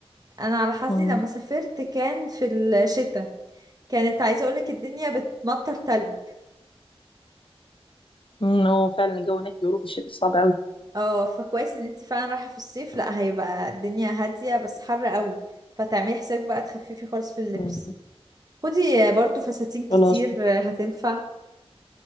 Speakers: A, on the right (about 35°); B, on the left (about 55°).
A: انا على حظي
B: امم
A: لما سافرت كان في الشتاء كانت عايزه اقولك الدنيا بتمطر تلج
B: أمم، هو فعلا الجو هناك بيقولوا في الشتاء صعب أوي
A: اه فكويس ان انت فعلا رايحه في الصيف لا هيبقى الدنيا هاديه بس حر قوي فتعملي حسابك بقى تخففي خالص في اللبس
B: أمم،
A: خدي برضو فساتين كتير
B: خلاص
A: هتنفع